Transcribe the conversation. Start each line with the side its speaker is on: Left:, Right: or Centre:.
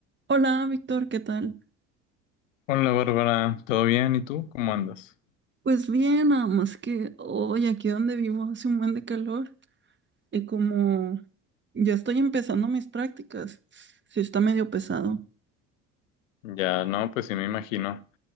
Right: Hola, Víctor, ¿qué tal?
Left: Hola Bárbara, ¿todo bien? ¿Y tú? ¿Cómo andas?
Right: Pues bien, nada más que hoy aquí donde vivo hace un buen de calor y como ya estoy empezando mis prácticas, sí está medio pesado.
Left: Ya, no, pues sí me imagino.